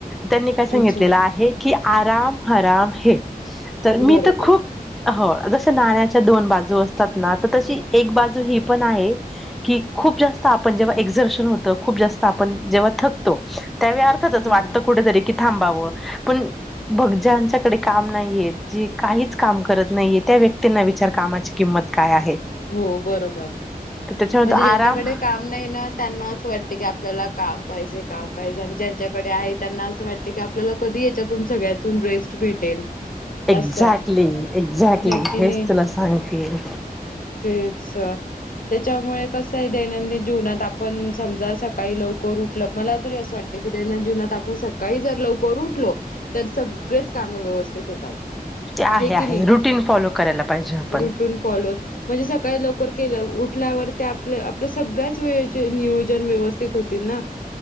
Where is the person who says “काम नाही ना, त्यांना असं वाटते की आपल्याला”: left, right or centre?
Left